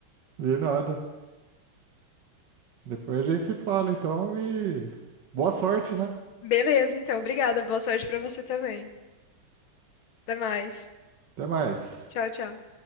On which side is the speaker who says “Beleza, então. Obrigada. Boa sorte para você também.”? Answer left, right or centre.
Left